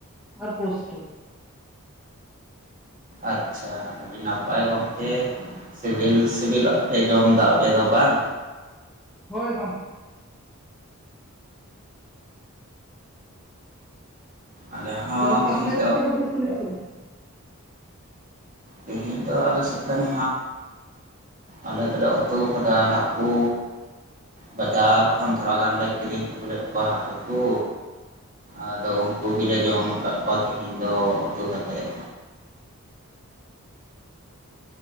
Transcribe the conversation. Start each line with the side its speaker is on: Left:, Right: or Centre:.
Centre: ᱟᱨ ᱯᱩᱥᱴᱩ᱾
Right: ᱟᱪᱪᱷᱟ ᱟᱹᱰᱤ ᱱᱟᱯᱟᱭ ᱜᱚᱝᱠᱮ᱾ ᱥᱤᱵᱤᱞ ᱥᱤᱵᱤᱞᱟᱜ ᱯᱮ ᱡᱚᱢ ᱮᱫᱟ ᱟᱯᱮ ᱫᱚ ᱵᱟᱝ?
Centre: ᱦᱳᱭ ᱜᱚᱝᱠᱮ᱾
Right: ᱟᱞᱮ ᱦᱚᱸ
Centre: ᱛᱚᱵᱮ ᱜᱚᱝᱠᱮ
Right: ᱛᱮᱦᱮᱧ
Centre: ᱟᱯᱮ ᱫᱚ ᱪᱮᱫ ᱠᱚᱯᱮ ᱩᱛᱩ ᱞᱮᱜ ᱟ ᱛᱚᱵᱮ᱾
Right: ᱛᱮᱦᱮᱧ ᱫᱚ ᱟᱞᱮ ᱥᱮᱫ ᱫᱚ ᱱᱟᱸᱜ᱾ ᱟᱞᱮ ᱫᱚᱞᱮ ᱩᱛᱩ ᱠᱟᱫᱟ ᱦᱟᱹᱠᱩ᱾ ᱵᱟᱡᱟᱨ ᱠᱷᱚᱱ ᱛᱷᱚᱲᱟ ᱜᱟᱱᱞᱮ ᱠᱤᱨᱤᱧ ᱟᱹᱜᱩ ᱞᱮᱫ ᱠᱚᱣᱟ ᱦᱟᱹᱠᱩ ᱠᱚ᱾ ᱟᱫᱚ ᱩᱱᱠᱩ ᱜᱮᱞᱮ ᱡᱚᱢ ᱟᱠᱟᱫ ᱠᱚᱣᱟ ᱛᱤᱦᱤᱧ ᱫᱚ ᱩᱛᱩ ᱠᱟᱛᱮᱫ᱾